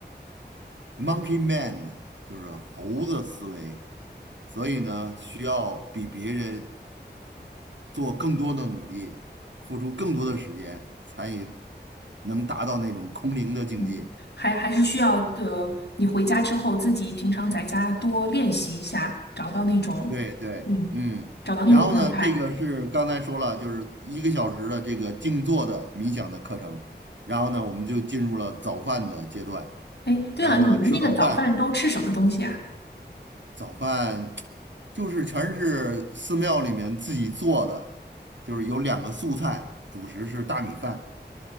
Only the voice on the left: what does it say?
嗯，还还是需要呃，你回家之后自己平常在家多练习一下，找到那种嗯，
找到那种状态。
哎，对了，
你们那个早饭都吃什么东西啊？